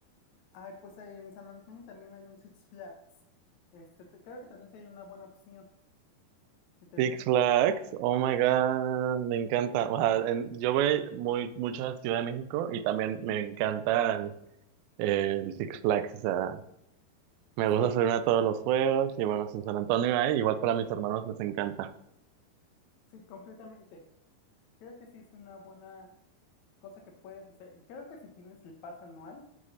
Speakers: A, on the left; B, on the right.
A: Ay, pues en San Antonio también hay un Six Flags. Este, te- creo que también sí hay una buena opción. Si te
B: Six
A: gusta,
B: Flags, oh my God, me encanta. O sea, en- yo voy muy, mucho a Ciudad de México y también me encantan eh, el Six Flags. O sea, me
A: sí,
B: gusta subir a todos los juegos y bueno, sin San Antonio hay, igual para mis hermanos les encanta.
A: sí, completamente. Creo que sí es una buena cosa que puedes hacer. Y creo que si tienes el pase anual,